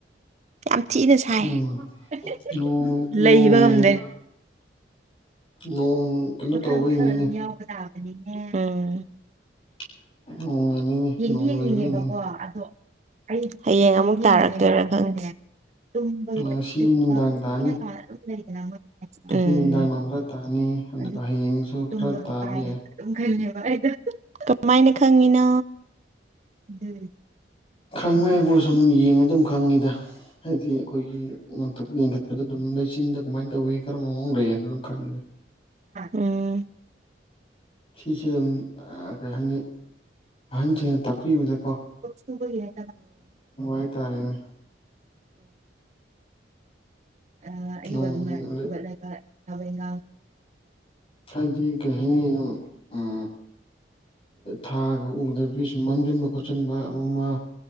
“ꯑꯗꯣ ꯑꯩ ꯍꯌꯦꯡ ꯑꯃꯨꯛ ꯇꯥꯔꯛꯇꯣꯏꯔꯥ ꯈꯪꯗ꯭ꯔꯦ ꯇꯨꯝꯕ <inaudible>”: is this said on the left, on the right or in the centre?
Right